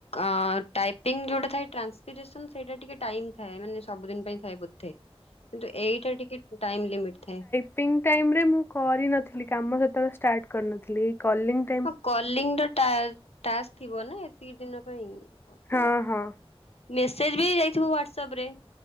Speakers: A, on the left; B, on the left.
A: ଆଁ ଟାଇପିଙ୍ଗ ଯୋଉଟା ଥାଏ ଟ୍ରାନ୍ସପିରେସନ ସେଇଟା ଟିକେ ଟାଇମ୍ ଥାଏ ମାନେ ସବୁଦିନ ପାଇଁ ଥାଏ ବୋଧେ
B: <inaudible>
A: କିନ୍ତୁ ଏଇଟା ଟିକେ ଟାଇମ୍ ଲିମିଟ୍ ଥାଏ।
B: ସ୍ପିଙ୍ଗ ଟାଇମରେ ମୁଁ କରିନଥିଲି କାମ ସେତେବେଳେ ଷ୍ଟାର୍ଟ କରିନଥିଲି ଏଇ କଲିଙ୍ଗ
A: ହଁ କଲିଙ୍ଗିର ଟ୍ୟାକ୍ସ ଥିବନା ଏତିକି ଦିନ ପାଇଁ କରିଦବା
B: ହଁ
A: କଥା
B: ହଁ
A: ମେସେଜବି ଯାଇଥିବ ହ୍ଵାଟସାପରେ।